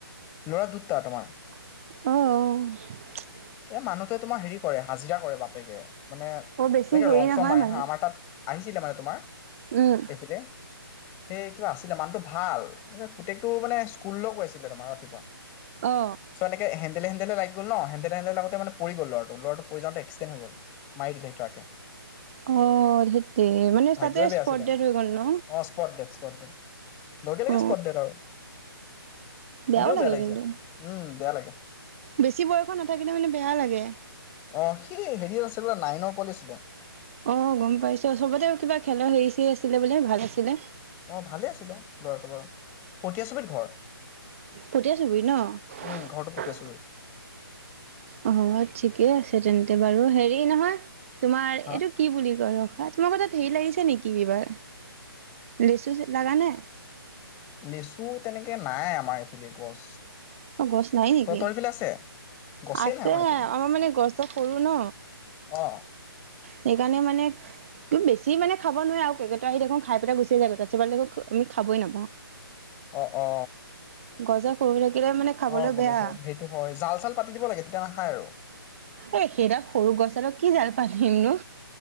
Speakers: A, on the left; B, on the right.
A: ল'ৰা দুটা তোমাৰ
B: অহ ',
A: এই মানুহটোৱে তোমাৰ হেৰি কৰে হাজিৰা কৰে বাপ বাপেকে মানে
B: অ বেছি
A: এনেকে
B: হেৰি
A: ৰং
B: নহয়
A: চং মাৰে
B: মানে
A: হা', আমাৰ তাত আহিছিলে মানে তোমাৰ
B: উম
A: এইফেলে। সেইটো আছিলে মানুহটো ভাল পুতেকটো মানে স্কুললৈ গৈ আছিলে তোমাৰ ৰাতিপুৱা
B: অ
A: চ এনেকে হেন্দেলে হেন্দেলে লাগি গল ন হেন্দেলে - হেন্দেলে লগত তেতিয়া মানে পৰি গল ল'ৰাটো - ল'ৰাটো পৰি যাতে এক্সিডেণ্ট হৈ গল মাৰি দিলে ট্ৰাকে।
B: অঁ সেইটোৱে মানে
A: ভাগ্যই
B: তাতে
A: বেয়া
B: স্পট
A: আছিলে
B: হৈ গল ন?
A: অ স্পট ডেট স্পট ডেট লগে লগে
B: অ
A: স্পট ডেট আৰু শুনিও
B: বেয়াও লাগে
A: বেয়া লাগিছে
B: কিন্তু
A: উম বেয়া লাগে
B: বেছি বয়স নাথাকিলে মানে বেয়া লাগে। হয় <unintelligible>
A: অ সি হেৰি আছিল বোলে নাইনত পঢ়ি আছিলে।
B: অ গম পাইছো, চবতে কিবা খেলৰ হেৰি চেৰী আছিলে বোলে ভাল আছিলে।
A: অ ভালে আছিলে ল'ৰাটো বাৰু। পতিয়া চুবুৰীত ঘৰ।
B: পটিয়া চুবুৰীত ন?
A: উম ঘৰটো পটীয়া চুবুৰীত
B: অ ঠিকে আছে তেন্তে বাৰু। হেৰি নহয়! তোমাৰ
A: হা
B: এইটো কি বুলি কয় ৰখাত তোমালোকৰ তাত হেৰি লাগিছে নিকি এইবাৰ। লিচু লাগা নাই?
A: লেচু তেনেকে নাই আমাৰ এইফালে গছ।
B: অ গছ নাই নিকি?
A: তহঁতৰ এইফালে আছে গছেই
B: আছে
A: নাই এইফালে
B: আমাৰ মানে গছডাল সৰু ন।
A: অ
B: সেইকাৰণে মানে তুমি বেছি মানে খাব নোৱাৰে আৰু কেৰকেটোৱা আহি দেখোন খাই পেলাই গুচি যায় গোটে <unintelligible> আমি খাবই নাপাওঁ।
A: অ অ।
B: <unintelligible> খাবলৈ
A: অ গম
B: বেয়া
A: পাইছো অ। সেইটো হয় জাল-চাল পাতি দিব লাগে তেতিয়া নাখায় আৰু।
B: এ, সেইডাল সৰু গছডালত কি জাল পাতিমনো।